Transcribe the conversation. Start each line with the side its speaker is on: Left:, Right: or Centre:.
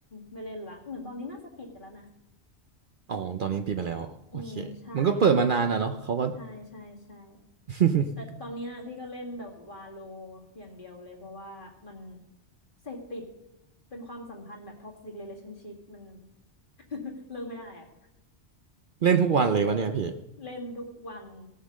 Left: ไม่เล่นละเหมือนตอนนี้น่าจะปิดไปแล้วนะ
Right: อ๋อตอนนี้ปิดไปแล้วโอเคมันก็เปิดมานานอ่ะเนาะเขาก็
Left: อืมใช่ก็ใช่ใช่ใช่
Right: <laughs>
Left: แต่ตอนเนี้ยพี่ก็เล่นแต่วาโลอย่างเดียวเลยเพราะว่ามันเสพติดเป็นความสัมพันธ์แบบท็อกซิ e เ a t ล o n นชิพมัน <laughs> เลิกไม่ได้อะ
Right: เล่นทุกวันเลยวะเนี่ยพี่
Left: เล่นทุกวัน